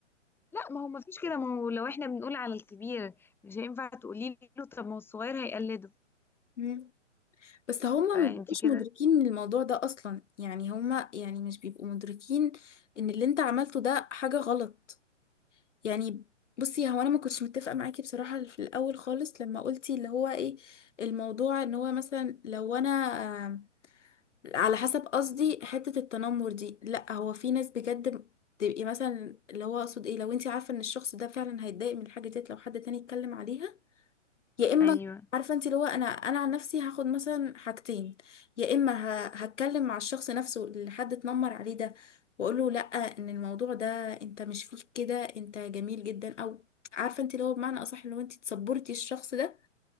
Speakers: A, in the centre; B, on the left (about 70°).
A: لا ما هو ما فيش كده ما هو لو احنا بنقول على الكبير مش هينفع تقولي له طب ما هو الصغير هيقلده
B: مم. بس هما
A: فأنت
B: ما بيبقوش
A: كده
B: مدركين من الموضوع ده اصلا يعني هما يعني مش بيبقوا مدركين ان اللي انت عملته ده حاجة غلط يعني بصي هو انا ما كنتش متفقة معاكي بصراحة في الاول خالص لما قلتي اللي هو ايه الموضوع ان هو مثلا لو انا آه، على حسب قصدي حتة التنمر دي لا هو في ناس بجد تبقي مثلا اللي هو اقصد ايه لو انت عارفة ان الشخص ده فعلا هيتضايق من الحاجة ديت لو حد تاني اتكلم عليها يا اما
A: أيوه
B: عارفه انت اللي هو انا انا عن نفسي هاخد مثلا حاجتين يا اما ه- هتكلم مع الشخص نفسه اللي حد اتنمر عليه ده واقول له لا ان الموضوع ده انت مش فيك كده انت جميل جدا او عارفه انت اللي هو بمعنى اصح اللي هو انت تصبرتي الشخص ده